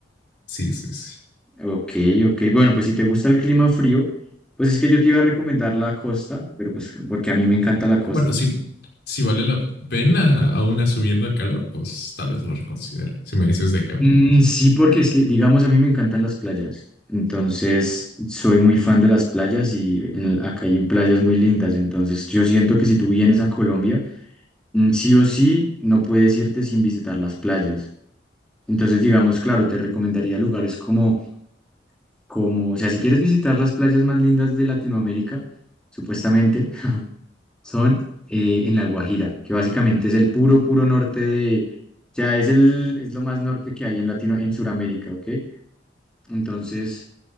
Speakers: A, on the left (about 65°); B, in the centre.
A: Sí, sí, sí.
B: Ok, ok. Bueno, pues si te gusta el clima frío, pues es que yo te iba a recomendar la costa, pero pues porque a mí me encanta la costa.
A: Bueno, si, si vale la pena aún asumiendo el calor, pues tal vez lo reconsidere. Si me dices de qué va.
B: Mm, sí, porque es que, digamos, a mí me encantan las playas. Entonces, soy muy fan de las playas y en el- acá hay playas muy lindas. Entonces, yo siento que si tú vienes a Colombia, mm, sí o sí, no puedes irte sin visitar las playas. Entonces, digamos, claro, te recomendaría lugares como, como, o sea, si quieres visitar las playas más lindas de Latinoamérica, supuestamente, son eh, en La Guajira, que básicamente es el puro, puro norte de, o sea, es el, es lo más norte que hay en Latino, en Sudamérica, ¿ok? Entonces,